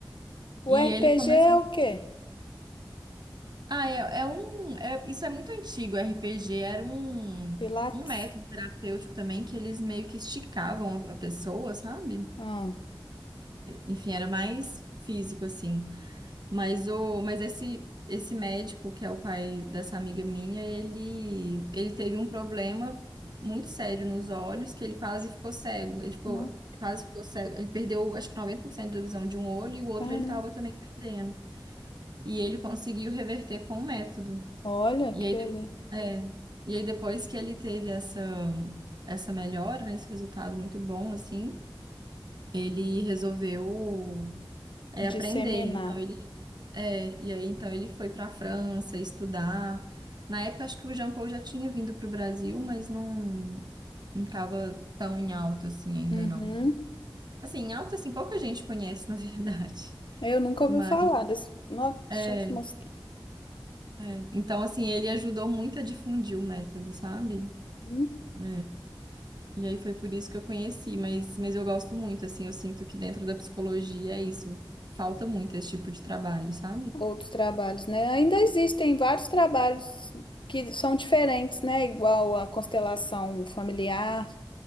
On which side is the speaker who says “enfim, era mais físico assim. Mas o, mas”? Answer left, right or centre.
Right